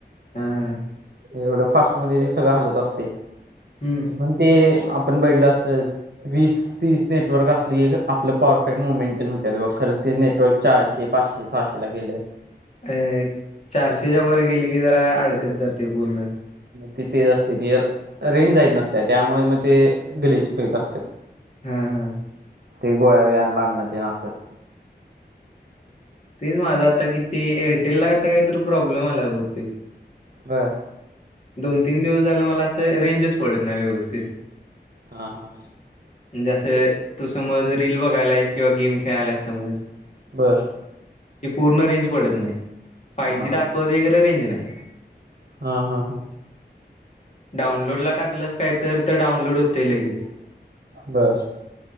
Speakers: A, on the left; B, on the right.
A: हा हा
B: एवढं फास्ट म ते सगळं हलत असते
A: हम्म
B: मण ते. आपण बैडलं अस वीस तीस नेटवर्क असले की आपलं परफेक्ट मुमेंट न्हत्या व तर ते नेटवर्क चारशे पाचशे सहाशे ला गेले.
A: अ चारशेच्या वर गेले की जरा अडकत जाते पूर्ण.
B: त तेज असते त रेन जायत नसते त्यामुळे मग ते गलीची फत असते.
A: हम हा.
B: ते गोव्या व या लागणार ते ना असं
A: माझा आता किती एअरटेल ला आता काही तर प्रॉब्लेम आला बहुतेक
B: होय.
A: दोन तीन दिवस झाला मला असं रेंजच पडत नाही व्यवस्थित
B: हा हा.
A: जसं तू समज रील बघायला आहेस, किंवा गेम खेळायला आहेस समज
B: बर.
A: ची पूर्ण रेंज पडत नाही. फाय
B: हा
A: जी दाखवते
B: हा
A: खरं रेंज नाही.
B: हा हा हा.
A: डाऊनलोड ला टाकलंस काय तर. तर डाऊनलोड होतेय लगेच.
B: बर